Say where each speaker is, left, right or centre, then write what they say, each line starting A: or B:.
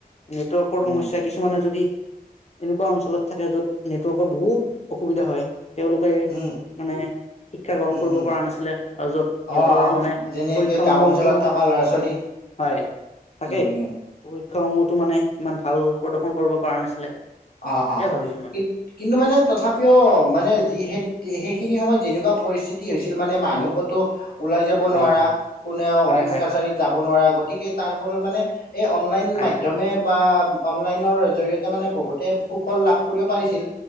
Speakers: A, on the left; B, on the left.
A: নেটৱৰ্কৰ সমস্যা
B: উম,
A: কিছুমানে যদি এনেকুৱা অঞ্চলত থাকে য'ত নেটৱৰ্কৰ বহুত অসুবিধা হয়। তেওঁলোকে
B: উম,
A: মানে শিক্ষা গ্ৰহণ
B: উম,
A: কৰিব
B: উম,
A: পৰা নাছিলে আৰু য'ত সিহঁতৰ
B: অ',
A: মানে
B: যেনেকে
A: পৰীক্ষাস
B: গাঁও
A: সমূহতো
B: অঞ্চলত থকা ল'ৰা ছোৱালী
A: হয় তাকেইৰ
B: উম, উম।
A: শিক্ষাসমূহতো মানে ইমান ভাল প্ৰদৰ্শন কৰিব পৰা নাছিলে।
B: অ
A: তাকে
B: অ
A: ভাবিছো মই
B: ই কিন্তু মানে তথাপিও মানে যি সেই সেইখিনি সময়ত যেনেকুৱা পৰিস্থিতি হৈছিল মানে মানুহ কতো ওলাই যাব
A: হয়
B: নোৱাৰা
A: হয়
B: কোনেও
A: হয়
B: অফিচ
A: হয়
B: কাছাৰীত যাব নোৱাৰা গতিকে তাৰ ফলত মানে এই অনলাইন
A: হয়
B: মাধ্যমে
A: হয়
B: বা অনলাইনৰ জৰিয়তে মানে বহুত তেওঁ সুফল লাভ কৰিব পাৰিছিল।